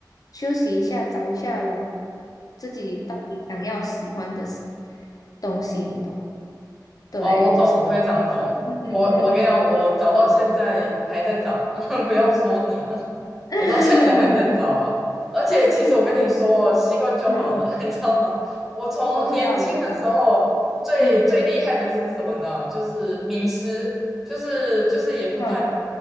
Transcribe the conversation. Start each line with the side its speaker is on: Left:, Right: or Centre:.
Left: 休息一下，找一下我自己到底想要喜欢的事东西，你懂？对，
Centre: 哦，我懂，
Left: 就是这
Centre: 我非常懂。
Left: 样子，嗯嗯嗯嗯，
Centre: 我我跟你讲，我找到现在还在找，
Left: 对，
Centre: <laughs> 不要说你，
Left: 嗯，<laughs>
Centre: 我到现在也还在找啊。而且其实我跟你说，
Left: 但是我，
Centre: 习惯就好了，
Left: 嗯嗯。
Centre: <laughs> 你知道吗？我从年轻的时候最最厉害的是什么呢？
Left: 我知道，我知道，嗯
Centre: 就是迷失，就是就是也不太。
Left: 嗯